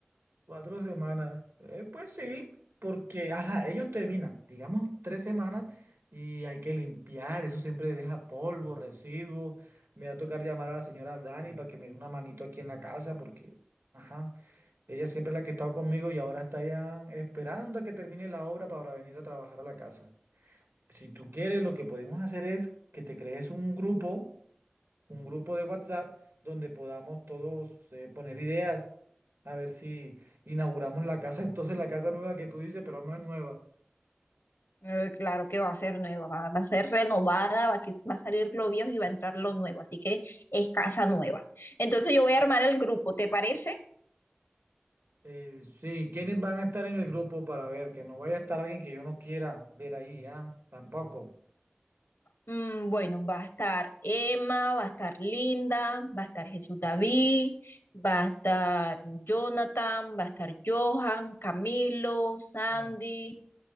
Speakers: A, on the right; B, on the left.
A: Cuatro semanas. Eh, pues sí, porque, ajá, ellos terminan, digamos, tres semanas y hay que limpiar. Eso siempre deja polvo, residuos. Me va a tocar llamar a la señora Dani para que me dé una manito aquí en la casa porque, ajá, ella siempre es la que ha estado conmigo y ahora está ya esperando a que termine la obra para venir a trabajar a la casa. Si tú quieres, lo que podemos hacer es que te crees un grupo, un grupo de WhatsApp, donde podamos todos eh, poner ideas, a ver si inauguramos la casa, <laughs> entonces la casa nueva que tú dices, pero no es nueva.
B: Eh, claro que va a ser nueva, va, va a ser renovada, va, que, va a salir lo viejo y va a entrar lo nuevo, así que es casa nueva. Entonces yo voy a armar el grupo, ¿te parece?
A: Eh, sí, ¿quiénes van a estar en el grupo para ver? Que no vaya a estar alguien que yo no quiera ver ahí, ah, tampoco.
B: Mm, bueno, va a estar Emma, va a estar Linda, va a estar Jesús David, va a estar Jonathan, va a estar Johan, Camilo, Sandy,
A: Ah,